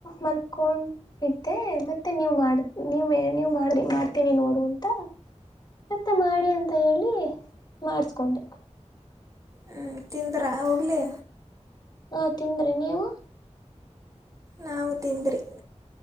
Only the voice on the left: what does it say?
ಮಲ್ಕೊಂಡಿದ್ದೆ ಮತ್ತೆ ನೀವ್ ಮಾಡ ನೀವ ಮೇ ನೀವ್ ಮಾಡ್ರಿ ಮಾಡ್ತೀನಿ ನೋಡು ಅಂತ ಮತ್ತೆ ಮಾಡಿ ಅಂತ ಹೇಳಿ ಮಾಡಿಸಕೊಂಡೆ
ಹಾ ತಿಂದ್ರಿ ನೀವು